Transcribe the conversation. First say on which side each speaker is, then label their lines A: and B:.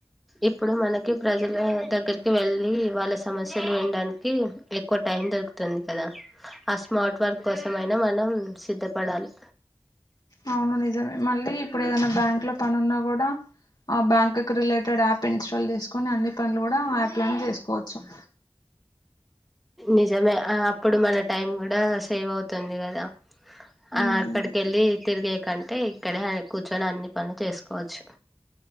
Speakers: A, in the centre; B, on the left.
A: ఇప్పుడు మనకి ప్రజల దగ్గరికి వెళ్ళి వాళ్ళ సమస్యలు వినడానికి ఎక్కువ టైం దొరుకు తెల్దు కదా ఆ స్మార్ట్ వర్క్ కోసంయినా మనం సిద్ధపడాలి
B: అవును నిజమే మళ్ళీ ఇప్పుడు ఏదైనా బ్యాంక్ లో పని ఉన్న కూడా ఆ బ్యాంక్ రిలేటెడ్ యాప్ ఇన్స్టాల్ చేసుకోని అన్ని పనులు కూడా యాప్ లోనే చేసుకో స
A: నిజమే అప్పుడు మన టైం కూడా సేవ్ అవుతుంది కదా
B: ఉమ్,
A: ఆ అక్కడికి వెళ్ళి తిరిగే కంటే ఇక్కడే కూర్చొని అన్ని పనులు చేసుకోవచ్చు